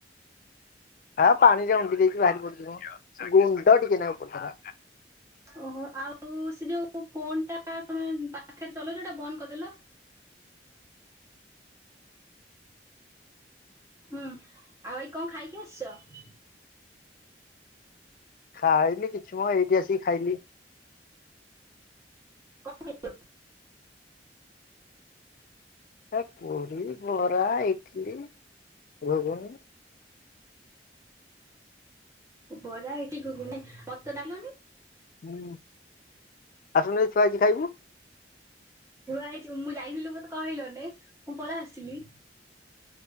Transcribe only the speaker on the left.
ହଁ ପାଣିରେ ଉଙ୍ଗି ଦେଇଛି ବାହାରି ପଡିଯିବ, ଗୁଣ୍ଡ ଟିକେ ନାଇଁ ପତାରା
ଖାଇନି କିଛି ମ ଏଇଠି ଆସିକି ଖାଇଲି।
ହେ ପୁରୀ, ବରା, ଇଟଲି, ଗୁଗୁନି
ହୁଁ ଆସୁନୁ ଏଠି ଥୁଆ ହେଇଛି ଖାଇବୁ।